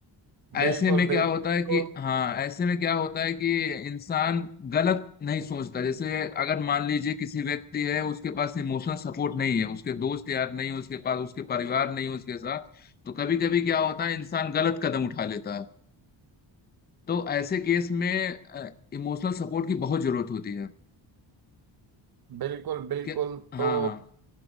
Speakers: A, on the left (about 20°); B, on the right (about 50°).
A: ऐसे
B: बिल्कुल
A: में
B: बिल्कुल
A: क्या होता है
B: तो
A: कि हाँ ऐसे में क्या होता है कि इंसान गलत नहीं सोचता जैसे अगर मान लीजिए किसी व्यक्ति है उसके पास इमोशनल सपोर्ट नहीं है उसके दोस्त यार नहीं है उसके पास उसके परिवार नहीं है उसके साथ तो कभी कभी क्या होता है इंसान गलत कदम उठा लेता है तो ऐसे केस में इमोशनल सपोर्ट की बहुत जरूरत होती है
B: बिल्कुल बिल्कुल
A: कि हाँ
B: तो
A: हाँ